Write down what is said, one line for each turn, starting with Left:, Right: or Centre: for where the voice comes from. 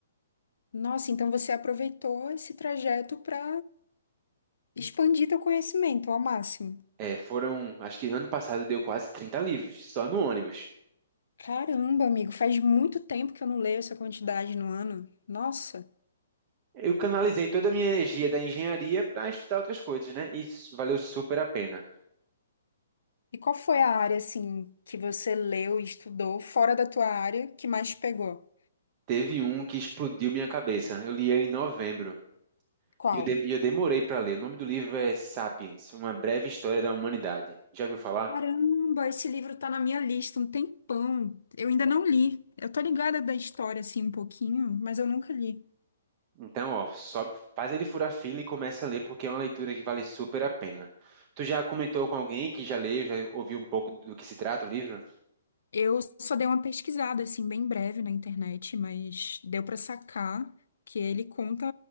Left: Nossa, então você aproveitou esse trajeto pra expandir teu conhecimento ao máximo.
Right: É, foram, acho que ano passado deu quase 30 livros, só no ônibus.
Left: Caramba, amigo, faz muito tempo que eu não leio essa quantidade no ano. Nossa.
Right: Eu canalizei toda a minha energia da engenharia pra estudar outras coisas, né? E isso valeu super a pena.
Left: E qual foi a área assim que você leu e estudou fora da tua área que mais te pegou?
Right: Teve um que explodiu minha cabeça. Eu li ele em novembro.
Left: Qual?
Right: E eu, dem- e eu demorei para ler. O nome do livro é Sapiens, Uma Breve História da Humanidade. Já ouviu falar?
Left: Caramba, esse livro tá na minha lista um tempão. Eu ainda não li. Eu tô ligada da história, assim, um pouquinho, mas eu nunca li.
Right: Então, ó, sobe, faz ele furar fila e começa a ler, porque é uma leitura que vale super a pena. Tu já comentou com alguém que já leu, já ouviu um pouco do que se trata o livro?
Left: Eu só dei uma pesquisada, assim, bem breve na internet, mas deu pra sacar que ele conta,